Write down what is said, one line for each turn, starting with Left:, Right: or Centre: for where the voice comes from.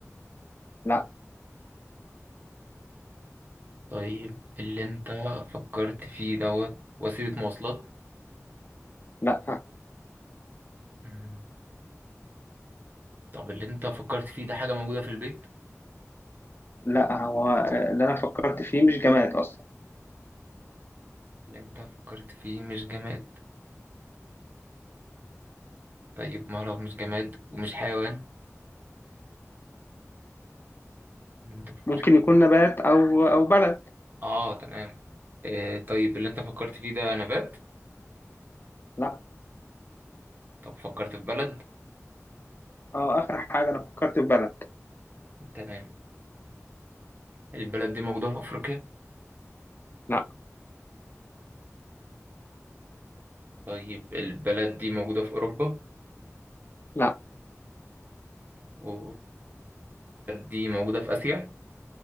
Left: لا
Right: طيب اللي انت فكرت فيه دوت وسيلة مواصلات
Left: لا
Right: مم. طب اللي انت فكرت فيه ده حاجة موجودة في البيت
Left: لا هو آه، اللي انا فكرت فيه مش جماد اصلا
Right: اللي انت فكرت فيه مش جماد طيب ما لو مش جماد ومش حيوان اللي انت فكرت
Left: ممكن يكون نبات او او بلد
Right: اه تمام آه طيب اللي انت فكرت فيه ده نبات
Left: لا
Right: طب فكرت في بلد
Left: اه اخر حاجه انا فكرت في بلد
Right: تمام البلد دي موجودة في أفريقيا
Left: لا
Right: طيب البلد دي موجودة في أوروبا
Left: لا
Right: والبلد دي موجودة في آسيا